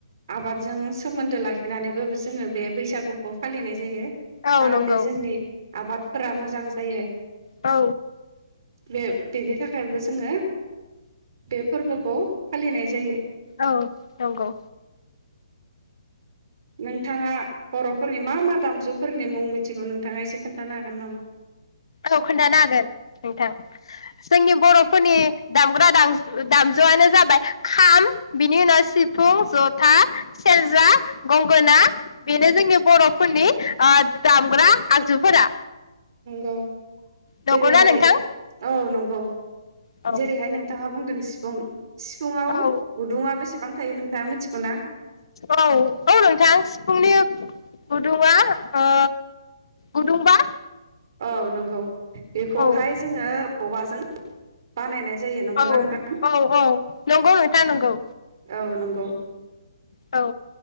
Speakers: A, on the right; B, on the left.
A: आबादजों सोमोनदो लाखिनानैबो जोङो बे बैसागुखौ फालिनाय जायो।
B: औ
A: जाहाथे
B: नंगौ
A: जोंनि आबादफोरा मोजां जायो।
B: औ
A: बे बेनि थाखायबो जोङो बे फोरबोखौ फालिनाय जायो।
B: औ नंगौ।
A: नोंथाङा बर'फोरनि मा मा दामजुफोरनि मुं मिथिगौ नोंथाङा एसे खोनथानो हागोन नामा?
B: औ खोनथानो हागोन नोंथां जोंनि बर'फोरनि दामग्रा दांजु दामजुआनो जाबाय खाम बिनि उनाव सिफुं जथा सेरजा गंगोना बेनो जोंनि बर'फोरनि ओ दामग्रा आगजुफोरा।
A: नोंगौ।
B: नंगौना
A: जेरैहाय
B: नोंथां
A: औ नंगौ।
B: औ
A: जेरैहाय नोंथाङा बुंदों सि फुं सिफुुंङाव
B: औ
A: गुदुङा बेसेबां थायो नोंथाङा मिथिगौना?
B: औ औ नोंथां सिफुंनि गुदुंआ ओ गुदुंबा
A: औ नोंगौ बेखौहाय
B: औ
A: जोङो औवाजों बानायनाय जायो नंगौना
B: औ
A: नोंथां
B: औ औ नंगौ नोंथां नंगौ।
A: औ नंगौ
B: औ